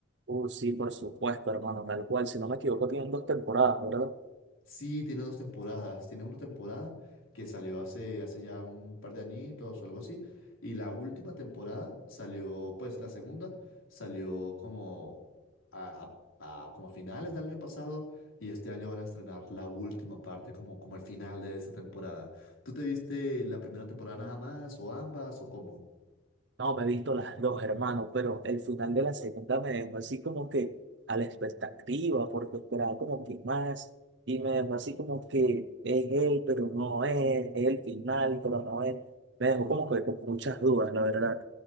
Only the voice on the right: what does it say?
Uh, sí, por supuesto, hermano, tal cual. Si no me equivoco, tienen dos temporadas, ¿verdad?
No, me he visto las dos, hermano, pero el final de la segunda me dejó así como que a la expectativa, porque esperaba como que más, y me dejó así como que es él, pero no es, es el final, pero no es. Me dejó como que con muchas dudas, la verdad.